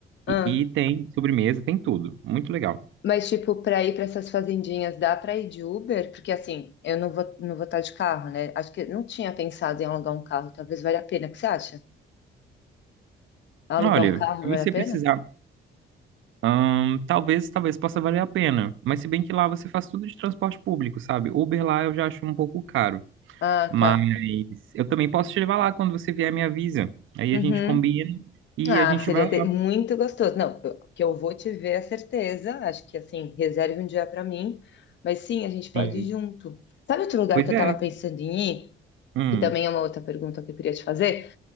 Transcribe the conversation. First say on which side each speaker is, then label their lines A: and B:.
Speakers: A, on the left; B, on the right.
A: Ah.
B: E, e tem sobremesa, tem tudo. Muito legal.
A: Mas, tipo, pra ir pra essas fazendinhas, dá pra ir de Uber? Porque, assim, eu não vou, não vou estar de carro, né? Acho que eu não tinha pensado em alugar um carro. Talvez valha a pena. O que você acha? Alugar
B: Olha,
A: um carro
B: se
A: vale
B: você
A: a
B: precisar,
A: pena?
B: ahn, talvez, talvez possa valer a pena. Mas se bem que lá você faz tudo de transporte público, sabe? Uber lá eu já acho um pouco caro.
A: Ah,
B: Mas
A: tá.
B: eu também posso te levar lá quando você vier, me avisa. Aí
A: Uhum.
B: a gente combina e
A: Ah,
B: a gente
A: seria
B: vai
A: ter-
B: lá.
A: muito gostoso. Não, eu- que eu vou te ver é certeza. Acho que assim, reserve um dia para mim. Mas sim, a gente pode
B: Sim.
A: ir junto. Sabe outro lugar
B: Pois
A: que eu
B: é.
A: tava pensando em ir?
B: Hum.
A: Que também é uma outra pergunta que eu queria te fazer?